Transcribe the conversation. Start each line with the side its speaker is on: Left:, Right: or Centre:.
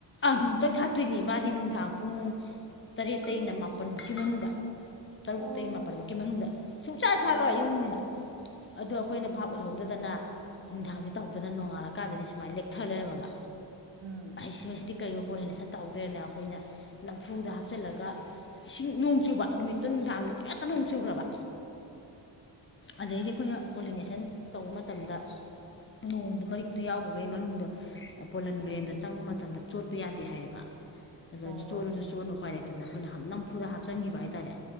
Left: ꯅꫭꯡꯇꯪ ꯁꯥꯠꯇꯣꯏꯅꯦ ꯃꯥꯗꯤ ꯅꯨꯡꯗꯥꯡ ꯄꯨꯡ ꯇꯔꯦꯠꯇꯩꯅ
Right: ꯑꯣ
Left: ꯃꯥꯄꯟ ꯀꯤ ꯃꯅꯨꯡꯗ ꯇꯔꯨꯛ
Right: ꯑꯣ
Left: ꯇꯩ ꯃꯥꯄꯜꯃꯨꯛꯀꯤ ꯃꯅꯨꯡꯗ ꯁꯨꯡꯁꯥꯠ ꯁꯥꯠꯂꯣꯏ
Right: ꯎꯝ
Left: ꯑꯌꯨꯛꯗꯤꯟꯗ ꯑꯗꯣ
Right: ꯑꯣ
Left: ꯑꯩꯈꯣꯏꯅ ꯚꯥꯞ ꯑꯣꯏꯍꯧꯗꯗꯅ ꯅꯨꯡꯗꯥꯡꯁꯦ ꯇꯧꯍꯧꯗꯅ ꯅꯣꯡꯉꯥꯜꯂꯀꯥꯟꯗꯗꯤ ꯁꯨꯃꯥꯏꯅ ꯂꯦꯛꯊ ꯂꯩꯔꯝꯃꯕ
Right: ꯎꯝ
Left: ꯁꯤ ꯃꯁꯤꯗꯤ ꯀꯩꯅꯣ ꯄꯣꯂꯤꯅꯦꯁꯟ ꯇꯧꯗ꯭ꯔꯦꯅ ꯑꯩꯈꯣꯏꯅ ꯅꯝꯐꯨꯗ ꯍꯥꯞꯆꯤꯜꯂꯒ ꯏꯁꯤꯡ ꯅꯣꯡ ꯆꯨꯕ ꯅꯨꯃꯤꯠ ꯇꯨ ꯅꯨꯡꯊꯥꯡꯗꯣ
Right: ꯑꯥ
Left: ꯇꯤꯡꯈꯠꯇ ꯅꯣꯡ ꯆꯨꯈ꯭ꯔꯕ ꯑꯗꯩꯗꯤ ꯑꯩꯈꯣꯏꯅ ꯄꯣꯂꯤꯅꯦꯁꯟ ꯇꯧꯕ ꯃꯇꯝꯗ ꯅꯣꯡꯗꯨ ꯃꯔꯤꯛ ꯇꯨ ꯌꯥꯎꯕꯈꯩ ꯃꯅꯨꯡꯗ ꯄꯣꯂꯟ ꯒ꯭ꯔꯦꯟꯗꫭ
Right: ꯎꯝ
Left: ꯆꯪꯕ ꯃꯇꯝꯗ ꯆꯣꯠꯄ ꯌꯥꯗꯦ ꯍꯥꯏꯌꯦꯕ ꯑꯗ
Right: ꯑꯣ
Left: ꯆꯣꯠꯂꯨꯁꯨ ꯆꯣꯠꯂꯨ ꯎꯄꯥꯏ ꯂꯩꯇꯅ ꯑꯩꯈꯣꯏꯅ ꯅꯝꯐꯨꯗ ꯍꯥꯞꯆꯤꯟꯈꯤꯕ ꯍꯥꯏꯇꯥꯔꯦ